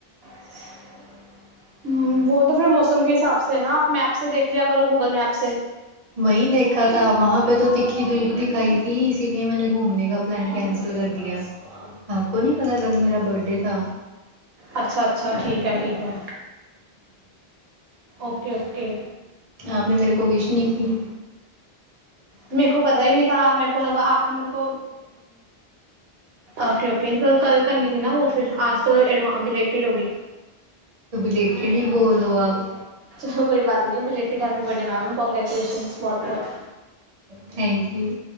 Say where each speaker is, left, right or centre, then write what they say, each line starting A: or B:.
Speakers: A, on the right; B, on the right.
A: <inaudible> ਹੂ, ਵੋ ਤੋ ਫਿਰ ਮੌਸਮ ਕੇ ਹਿਸਾਬ ਸੇ ਨਾ, ਆਪ ਮੈਪ ਸੇ ਦੇਖ ਲੀਆ ਕਰੋ, ਗੂਗਲ ਮੈਪ ਸੇ।
B: ਵਹੀਂ ਦੇਖਾ ਥਾ, ਵਹਾਂ ਤੋ ਤਿੱਖੀ ਧੂਪ ਦਿਖਾਈ ਥੀ, ਇਸ ਲੀਏ ਮੈਂਨੇ ਘੂਮਨੇ ਕਾ ਪਲੈਨ ਕੈਂਸਲ ਕਰ ਦੀਆ। ਆਪ ਕੋੋ ਨਹੀਂ ਪਤਾ, ਕੱਲ ਮੇਰਾ ਬਰਥਡੇ ਥਾ।
A: ਅੱਛਾ, ਅੱਛਾ ਠੀਕ ਹੈ ਠੀਕ ਹੈ। ਓਕੇ, ਓਕੇ
B: ਆਪ ਨੇ ਮੇਰੇ ਕੋ ਵਿਸ਼ ਨਹੀਂ ਕੀ।
A: ਮੇਰੇ ਕੋ ਪਤਾ ਹੀ ਨਹੀਂ ਥਾ, ਮੇਰੇ ਕੋ ਲੱਗਾ ਆਪ ਨੇ ਮੇਰੇ ਕੋ ਓਕੇ ਓਕੇ ਕੱਲ ਕਰਨੀ ਥੀ ਨਾ ਫਿਰ ਆਜ ਤੋਂ ਬੀਲੇਟਿਡ ਹੋ ਗਈ
B: ਤੋ ਬੀਲੇਟਡ ਹੀ ਬੋਲ ਦੋ ਆਪ।
A: ਚਲੋ, ਕੋਈ ਬਾਤ ਨਹੀਂ belated happy birthday ma'am, congratulation ਬਹੁਤ ਬਹੁਤ।
B: ਥੈਂਕ ਯੂ